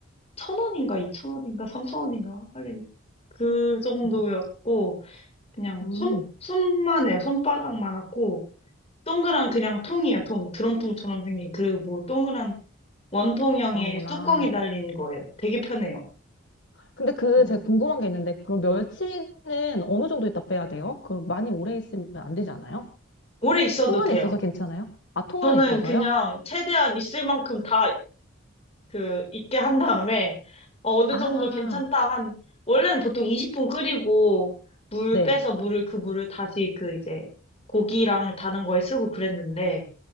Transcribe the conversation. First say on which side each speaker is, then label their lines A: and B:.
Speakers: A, on the left (about 30°); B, on the left (about 55°).
A: 천 원인가, 이천 원인가, 삼천 원인가. 하긴, 그 정도였고,
B: 음,
A: 그냥
B: 음,
A: 손, 손만 해요. 손바닥만 하고, 동그란 그냥 통이에요, 통. 드럼통처럼 생긴 그 뭐, 동그란 원통형의
B: 그런구나.
A: 뚜껑이 달린 거예요. 되게 편해요.
B: 근데 그
A: 어,
B: 제가 궁금한 게 있는데 그럼 멸치는 어느 정도 있다 빼야 돼요? 그럼 많이 오래 있으면 안 되지 않아요?
A: 오래 있어도
B: 통
A: 돼요.
B: 안에 있어서 괜찮아요? 아, 통
A: 저는
B: 안에 있어서요?
A: 그냥 최대한 있을 만큼 다 그 익게 한 다음에 어, 느
B: 아,
A: 정도 괜찮다 한 원래는 보통 20분 끓이고 물
B: 네,
A: 빼서 물을 그 물을 다시 그 이제 고기랑 다른 거에 쓰고 그랬는데